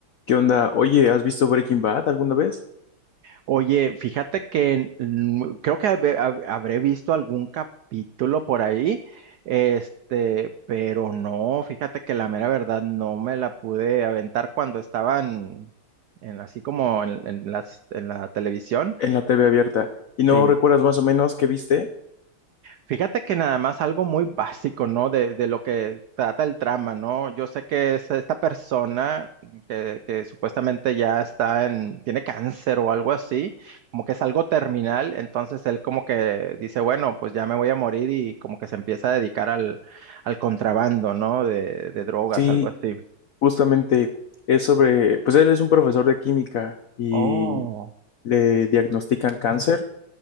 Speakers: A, on the left; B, on the right.
A: ¿Qué onda? Oye, ¿has visto Breaking Bad alguna vez?
B: Oye, fíjate que mm, creo que habe- hab- habré visto algún capítulo por ahí, este, pero no, fíjate que la mera verdad no me la pude aventar cuando estaban en, en así como en, en las en la televisión.
A: En la TV abierta. ¿Y no
B: Sí.
A: recuerdas más o menos qué viste?
B: Fíjate que nada más algo muy básico, ¿no? De, de lo que trata el trama, ¿no? Yo sé que es esta persona que, que supuestamente ya está en, tiene cáncer o algo así, como que es algo terminal, entonces él como que dice, bueno, pues ya me voy a morir y como que se empieza a dedicar al, al contrabando, ¿no? De, de drogas,
A: Sí,
B: algo así.
A: justamente es sobre, pues él es un profesor de química y
B: Oh,
A: le diagnostican cáncer